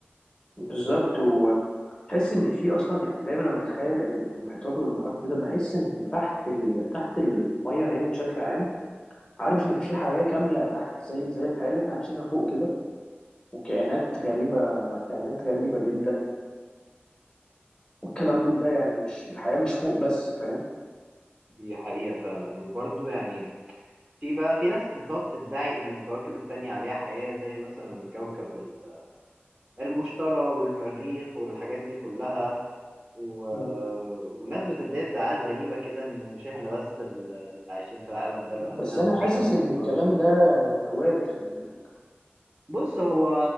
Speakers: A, on the left (about 25°); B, on the right (about 35°).
A: بالظبط وتحس ان في اصلا يعني دايما لما بتخيل المحيطات والبحار وكده بحس ان تحت ال... تحت الميه يعني بشكل عام عارف ان في حياه كامله تحت زي زي الحياه اللي احنا عايشينها فوق كده وكائنات غريبه كائنات غريبه جدا والكلام من ده يعني مش الحياه مش فوق بس فاهم
B: دي حقيقة فعلا وبرضه يعني في بقى في ناس بتقعد تدعي إن الكواكب التانية عليها حياة زي مثلا كوكب ال- المشتري والمريخ والحاجات دي كلها و...
A: مم.
B: وناس بتدعي ادعاءات غريبة كده إن مش إحنا بس ال- اللي عايشين في العالم ده لوحدنا
A: بس انا
B: ومش
A: حاسس
B: كوكب
A: ان
B: الأرض
A: الكلام ده وارد خلي بالك
B: بص هو